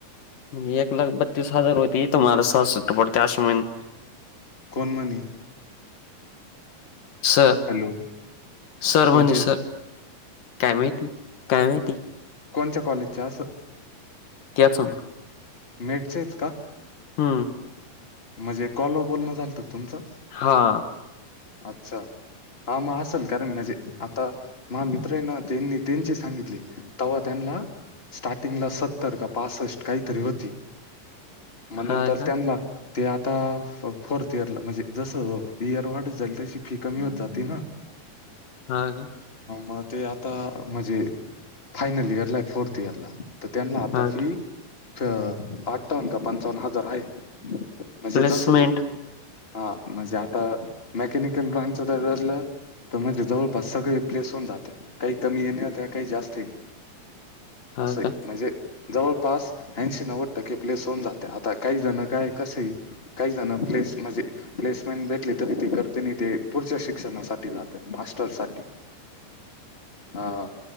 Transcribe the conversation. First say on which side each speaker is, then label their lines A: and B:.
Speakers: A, on the left; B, on the left.
A: म्हण एक लाख बत्तीस हजार होती तुम्हाला सहासष्ट पडते असशी म्हहि.
B: कोण म्हणलं.
A: सर.
B: हॅलो!
A: सर
B: कोणचे
A: म्हणे सर काय मि काय मि‌.
B: कोणच्या्या कॉलेजच्या असं.
A: त्याचं
B: मेटचेच का?
A: हम्म!
B: म्हणजे कॉलो बोलणं झालत तुमचं?
A: हां.
B: अच्छा हा मग असल कारण म्हजे आता. मा मित्र आहे ना त्यांनी त्यांची सांगितली तव्हा त्यांना स्टार्टिंगला सत्तर का पासष्ट काहीतरी होती मग नंतर
A: हा का
B: त्यांना ते आता फोर्थ इयरला म्हणजे जसं इयर वाढत जाली तशी फी कमी होत जाते ना. हं.
A: हो का.
B: ह मग ते आता म्हणजे फायनल इयर ला आहे फोर्थ इयर ला तर त्यांला आता
A: हा
B: फी
A: का
B: अ अठ्ठावन्न का पंचावन्न हजार आहे म्हणजे
A: प्लेसमेंट
B: जस तु हा म्हणजे आता मेकॅनिकल ब्रांचच तर रलं तर म्हणजे जवळपास सगळे प्लेस होऊन जाते काही कमी येणेता काही जास्त येणे
A: हा
B: असं
A: का
B: म्हणजे जवळपास हशी न वाटत की प्लेस होऊन जाते आता काही जण काय कस काही जण प्लेस म्हणजे प्लेसमेंट भेटली तरी ते करते आणि ते पुढच्या शिक्षणासाठी जात मास्टर् साठी. हा.